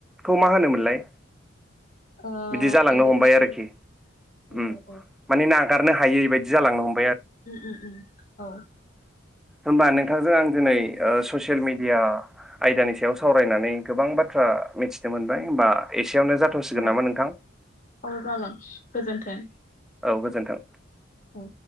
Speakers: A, in the centre; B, on the left (about 45°).
A: खौ मा होनोमोनलाय?
B: ओ
A: बिदि जालांनो
B: इडुकेसन
A: हमबाय आरोखि
B: औ
A: उम
B: औ औ
A: माने ना गारनो हायैबादि जांलांनो हम
B: उ उ औ
A: होमबा नोंथांजों आं दिनै ओ सु ससियेल मिडिया आयदानि सायाव सावरायनानै गोबां बाथ थ्रा मिथिनो मोनबाय होमबा एसेयावनो जाथ'सिगोन
B: अ
A: नामा नोंथां
B: औ जागोन गोजोन्थों।
A: औ गोजोन्थों।
B: औ